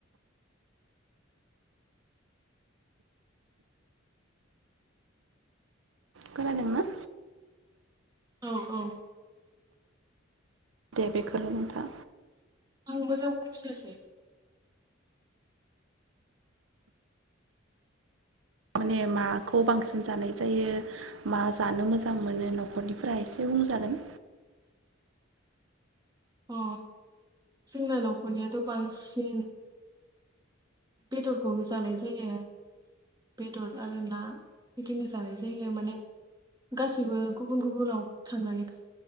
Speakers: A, on the right; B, on the right.
A: खोनादोंना?
B: औ औ
A: दे बेखौल' नोंथाङा
B: आं मोजां बुजियासै।
A: माने माखौ बांसिन जानाय जायो मा जानो मोजां मोनो नखरनिफोरा एसे बुंजागोन।
B: अ जोंना नखरनियाथ' बांसि बेदरखौ जानाय जायो बेदर आरो ना बिदिनो जानाय जायो माने गासिबो गुबुन गुबुनाव थांनानै